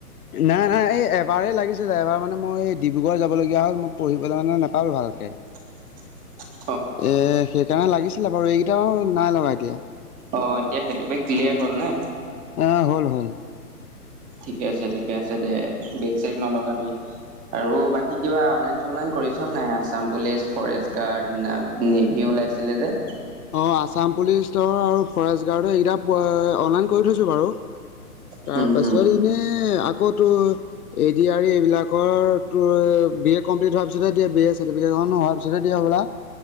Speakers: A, on the left (about 65°); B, on the right (about 15°).
A: নাই নাই এই এবাৰেই লাগিছিল এবাৰ মানে মই এই ডিব্ৰুগড় যাবলগীয়া হ'ল মই পঢ়িবলৈ মানে নাপালো ভালকে।
B: <inaudible>
A: এ সেইকাৰণে লাগিছিলে বাৰু এইকেইটা নাই লগা এতিয়া।
B: অ' এতিয়া সেইটো বেগ ক্লিয়াৰ হ'ল নে।
A: অ' হ'ল হ'ল।
B: ঠিকে আছে ঠিকে আছে দে বেগ চেগ নলগাবি আৰু বাকী। কি কিবা অনলাইন চলাইন কৰিছ নাই আছাম পুলিচ ফৰেষ্ট গাৰ্ড না নেভি ওলাইছিলে যে।
A: অ' আছাম পুলিচৰ আৰু ফৰেষ্ট গাৰ্ড এইকেইটা অনলাইন কৰি থৈছো বাৰু।
B: <inaudible>
A: তাৰপাছত
B: হম
A: এনে আকৌ তোৰ। এ ড আৰ ৰি এইবিলাকৰ বি এ কমপ্লিট হোৱাৰ পিছতে দিয়া বি এ চাৰ্টিফিকেটখন হোৱাৰ পিছতে দিয়া হব'লা